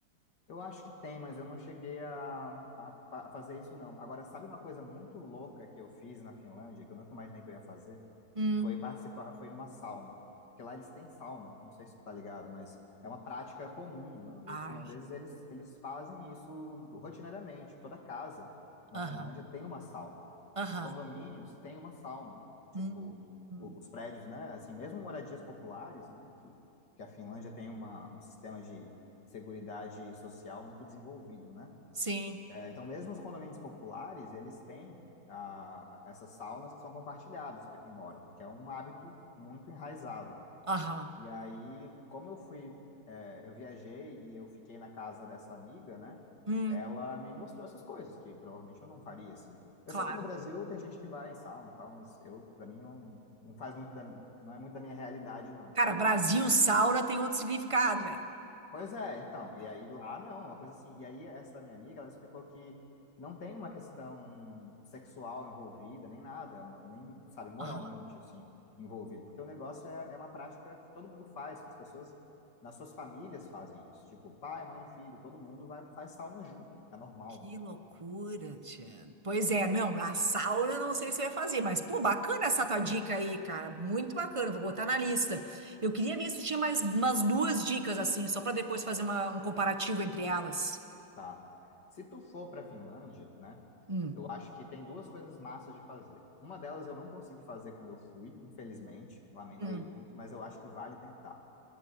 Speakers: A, on the left (about 55°); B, on the right (about 40°).
A: Eu acho que tem, mas eu não cheguei a, a, a fazer isso, não. Agora, sabe uma coisa muito louca que eu fiz na Finlândia, que eu nunca imaginei que eu ia fazer?
B: Hum.
A: foi participar, foi numa sauna. Porque lá eles têm sauna, não sei se tu tá ligado, mas é uma prática comum. né?
B: Ai,
A: Os finlandeses, eles, eles fazem isso rotineiramente. Toda casa na
B: aham,
A: Finlândia tem uma sauna.
B: aham.
A: Os condomínios têm uma sauna. Tipo,
B: Hum,
A: o- os prédios, né? Assim, mesmo moradias populares, né? Que, que a Finlândia tem uma, um sistema de seguridade social muito desenvolvido, né?
B: sim,
A: É, então, mesmo os condomínios populares, eles têm ah, essas saunas que são compartilhadas para quem mora, porque é um hábito muito enraizado.
B: aham.
A: E aí, como eu fui, é, eu viajei e eu fiquei na casa dessa amiga, né?
B: Hum,
A: Ela me mostrou essas coisas que provavelmente eu não faria assim.
B: claro.
A: Eu sei que no Brasil tem gente que vai em sauna, e tal, mas eu, para mim, não, não faz muito da, não é muito da minha realidade, não.
B: Cara, Brasil, Saura tem outro significado, velho.
A: Pois é, então, e aí lá não, é uma coisa assim. E aí essa minha amiga, ela explicou que não tem uma questão sexual envolvida, nem nada, ma- nem, sabe, moralmente,
B: Aham.
A: assim, envolvido. Porque o negócio é, é uma prática que todo mundo faz, as pessoas nas suas famílias fazem isso. Tipo, pai, mãe, filho, todo mundo vai, faz sauna junto, é normal,
B: Que loucura, Tia. Pois é, não, na sauna eu não sei se vai fazer, mas pô, bacana essa tua dica aí, cara, muito bacana, vou botar na lista. Eu queria ver se tu tinha mais umas duas dicas assim, só pra depois fazer uma- um comparativo entre elas.
A: tá? Se tu for pra Finlândia, né,
B: Hum,
A: eu acho que tem duas coisas massas de fazer. Uma delas eu não consegui fazer quando eu fui, infelizmente, lamentei
B: hum,
A: muito, mas eu acho que vale tentar.